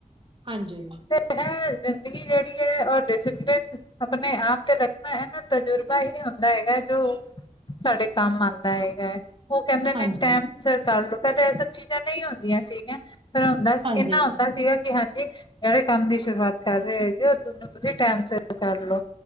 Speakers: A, on the right; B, on the left.
A: ਹਾਂਜੀ।
B: ਤੇ ਐ ਜ਼ਿੰਦਗੀ ਜੇੜੀ ਐ ਓ ਡਿਸੀਪਲਿਨ ਅਪਨੇ ਆਪ ਤੇ ਰਖਨਾ ਐਨਾ ਤਜੁਰਬਾ ਹੀ ਹੁੰਦਾ ਹੈਗੈ ਜੋ ਸਾਡੇ ਕੰਮ ਆਂਦੈ ਹੈਗੈ। ਓ ਕੈਂਦੇ ਨੇ
A: ਹਾਂਜੀ
B: ਟੈਮ
A: ਹਾਂਜੀ
B: ਸਿਰ ਕਰ ਲੋ, ਪੈਲੇ ਐ ਸਭ ਚੀਜ਼ਾਂ ਨਈ ਹੁੰਦੀਆਂ ਸੀਗੀਆਂ। ਪਰ ਹੁੰਦਾ ਸੀ-
A: ਹਾਂਜੀ
B: ਇਨਾਂ ਹੁੰਦਾ ਸੀਗਾ ਕਿ ਹਾਂਜੀ ਜੇੜੇ ਕੰਮ ਦੀ ਸ਼ੁਰੂਆਤ ਕਰ ਰੇ ਹੈਗੇ ਓ ਤ - ਤੁਸੀਂ ਟੈਮ ਸਿਰ ਕਰ ਲੋ।